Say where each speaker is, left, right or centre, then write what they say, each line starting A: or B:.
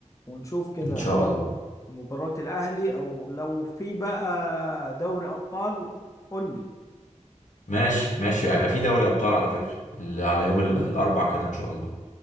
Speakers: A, on the left; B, on the left.
A: ونشوف كده
B: ان شاء الله
A: مباراة الاهلي او لو في بقى دوري ابطال قول لي
B: ماشي ماشي هيبقى في دوري ابطال على فكره اللي على يوم ال- الاربع كده ان شاء الله